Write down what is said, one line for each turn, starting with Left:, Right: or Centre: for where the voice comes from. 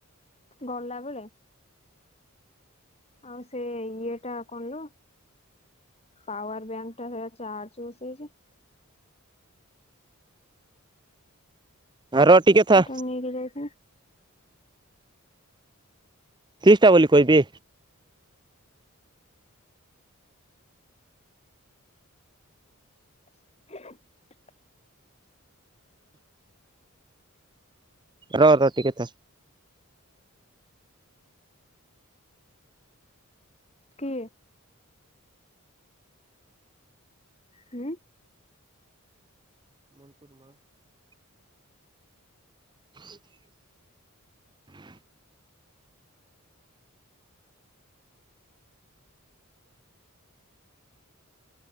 Left: ଗଲା ବେଳେ ଆଉ ସେ ଇଏ ଟା କଲୋ ପାୱାର ବ୍ୟାଙ୍କ ଟାରେ ଚାର୍ଜ ବଷେଇଛି
Right: ର ଟିକେ ଥା
Left: ଏଟା ନେଇକି ଯାଇଥିଲି
Right: କିଷ୍ଟା ବୋଲି କହିବି
Left: <inaudible>
Right: ର ର ଟିକେ ଥା
Left: କିଏ? ହୁଁ
Right: <inaudible> <inaudible>